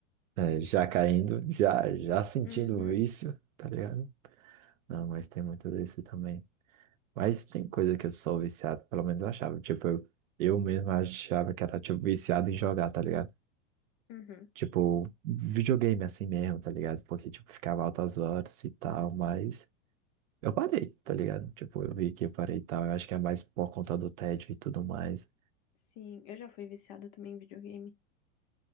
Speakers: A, on the right; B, on the left.
A: É, já caindo, já, já sentindo
B: Uhum,
A: o vício, tá ligado? Não, mas tem muito desse também. Mas tem coisa que eu sou viciado, pelo menos eu achava. Tipo, eu, eu mesmo achava que era, tipo, viciado em jogar, tá ligado?
B: uhum.
A: Tipo, videogame assim mesmo, tá ligado? Porque, tipo, ficava altas horas e tal, mas eu parei, tá ligado? Tipo, eu vi que eu parei e tal. Eu acho que é mais por conta do tédio e tudo mais.
B: Sim, eu já fui viciada também em videogame.